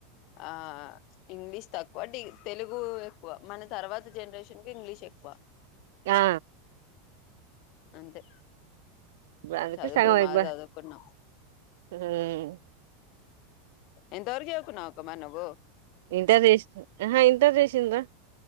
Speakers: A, on the left; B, on the right.
A: ఆ ఇంగ్లీష్ తక్ వటి తెలుగు ఎక్కువ మన తర్వాత జనరేషన్ కి ఇంగ్లీష్ ఎక్కువ
B: ఆ
A: అంతే
B: అందుకే
A: చదువుకూన
B: సగం
A: బా
B: అయిపో
A: చదువుకున్నా
B: ఉమ్.
A: ఎంతవరకు చావుకున్నావ్ అక్క నున్వు
B: ఇంటర్ చేసి హాహా ఇంటర్ చేసింరా